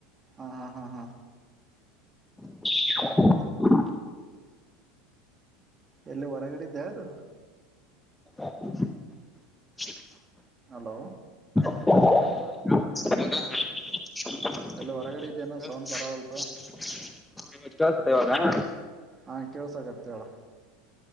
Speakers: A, on the right (about 20°); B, in the centre.
A: ಹಾ ಹಾ ಹಾ ಹಾ
B: <inaudible>
A: ಎಲ್ಲಿ ಹೊರಗಡೆದ್ದ ಯಾರು
B: <inaudible>
A: ಹಲೋ
B: ಹ ಕೇಳಸ್ತ
A: ಎಲ್ಲಿ ಹೊರಗಡೆ ಇದೇನೋ ಸೌಂಡ್ ಬರವಲ್ತು
B: ಇವಾಗ
A: ನಾ ಕೆಳಸಗತ್ಯ ಆಳ